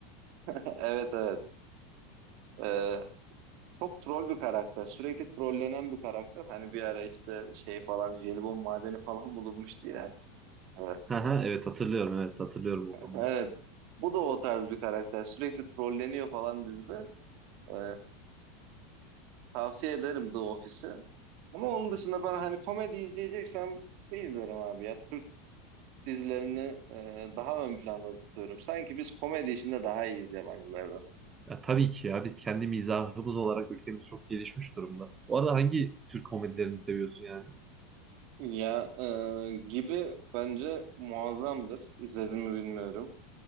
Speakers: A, on the right; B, on the right.
A: <laughs> Evet evet. Ee, çok troll bir karakter. Sürekli trollenen bir karakter. Hani bir ara işte şey falan jelibon madeni falan <laughs> bulunmuştu ya. Ee,
B: Ha ha evet hatırlıyorum evet hatırlıyorum o konuları.
A: Evet. Bu da o tarz bir karakter. Sürekli trolleniyor falan dizide. Ee, tavsiye ederim The Office'i. Ama onun dışında ben hani komedi izleyeceksem ne izlerim abi ya? Dizilerini e, daha ön planda tutuyorum. Sanki biz komedi işinde daha iyiyiz yabancılardan.
B: Ya tabii ki ya biz kendi mizahımız olarak ülkemiz çok gelişmiş durumda. Bu arada hangi Türk komedilerini seviyorsun yani?
A: Ya e, gibi bence muazzamdır. İzlediğimi bilmiyorum.